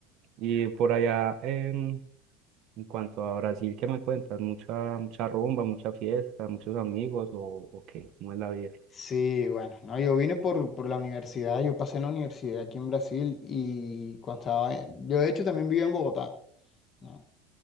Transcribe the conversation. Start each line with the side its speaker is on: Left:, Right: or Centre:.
Right: Y por allá, en, en cuanto a Brasil, ¿qué me cuentas? ¿Mucha, mucha rumba, mucha fiesta, muchos amigos o, o qué? ¿Cómo es la vida?
Left: Sí, bueno, no, yo vine por, por la universidad, yo pasé en la universidad aquí en Brasil y cuando estaba, en- yo de hecho también vivía en Bogotá, ¿no?